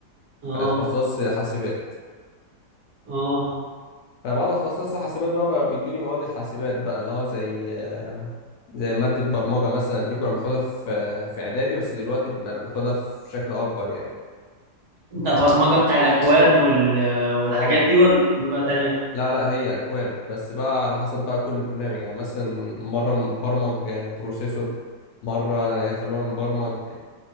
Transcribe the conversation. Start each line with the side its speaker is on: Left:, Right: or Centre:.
Right: اه
Left: اتخصصت حاسبات
Right: اه
Left: انا بعد ما اتخصصت حاسبات بقى, بقى بيدوني مواد الحاسبات بقى اللي هو زي آه، زي مادة برمجة مثلا دي كنا بناخدها في في اعدادي بس دلوقتي بقى بناخدها في شكل اكبر يعني
Right: انت برمجة بتاع الاكواد وال... والحاجات
Left: اه
Right: دي ولا برمجة تانية
Left: لا لا هي اكواد بس بقى على حسب بقى كل برنامج يعني مثلا مرة نبرمج آه، بروسيسور مرة يخلونا نبرمج